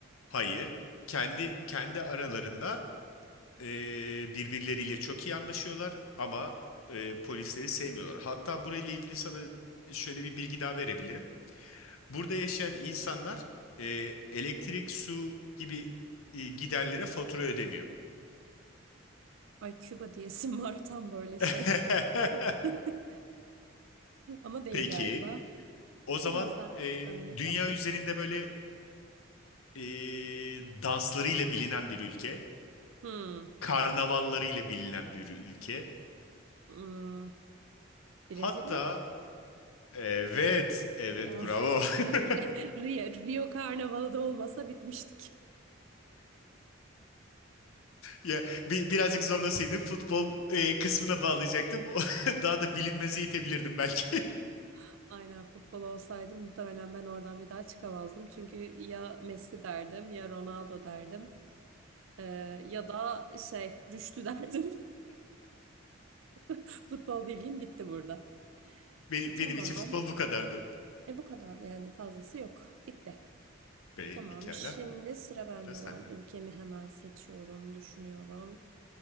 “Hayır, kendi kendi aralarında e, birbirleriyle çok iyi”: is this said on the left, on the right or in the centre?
Left